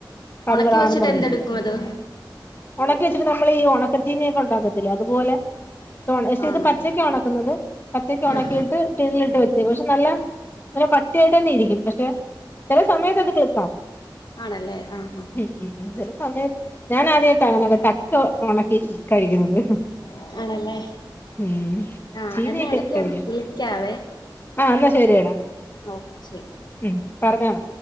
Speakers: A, on the left; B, on the left.
A: കറുകറാന്ന്
B: ഉണക്കി വെച്ചിട്ട്
A: പറഞ്ഞിരിക്കും.
B: എന്തെടുക്കും അത്
A: ഓളെ ഇച്ചിരി നമ്മള് ഈ ഉണക്കച്ചീനയൊക്കെ ഉണ്ടാക്കത്തില്ലെ അതുപോലെ കിട്ടോൺ, പക്ഷേ
B: ആണോ
A: ഇത് പച്ചയ്ക്കാ ഉണക്കുന്നത്? പച്ചക്ക് ഉണക്കിയിട്ട്
B: ആ
A: ടിന്നിലിട്ട് വെച്ചേക്കും പക്ഷെ നല്ല ഒരു കട്ടിയായിട്ട് തന്നെ ഇരിക്കും പക്ഷെ ചില സമയത്ത് അത് തിക്കാവും
B: ആണല്ലേ ആഹ് ആഹ്
A: ഉം ചില സമയത്ത് ഞാൻ ആദ്യമായിട്ടാ അങ്ങനെയൊക്കെ ച ച്ചോ ഉണക്കി കഴിക്കുന്നത്
B: ആഹ് ആണല്ലേ
A: ഉം
B: ആഹ്
A: ചീനിയൊക്കെ
B: എന്നാ ഇടക്ക്
A: കഴിക്കാം
B: വിളിക്കാവേ
A: ആ എന്നാ ശരിയടാ
B: ഓ ശരി
A: ഉം പറഞ്ഞാള